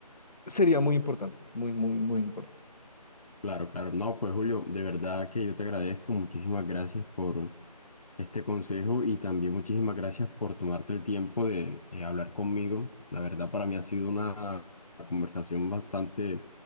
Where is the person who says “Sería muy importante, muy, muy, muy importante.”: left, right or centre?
Left